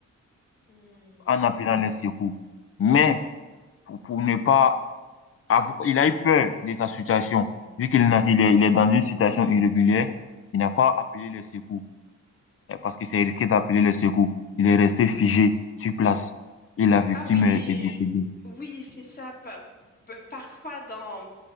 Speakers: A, on the left (about 30°); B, on the left (about 45°).
A: mhm.
B: en appelant les secours. Mais pour, pour ne pas avoir, il a eu peur de sa situation, vu qu'il il est, il est dans une situation irrégulière, il n'a pas appelé les secours. euh, parce que c'est risqué d'appeler a les secours. Il est resté figé sur place et la victime
A: Ah oui,
B: est, est décédée.
A: oui, c'est ça. Pa- pa- Parfois dans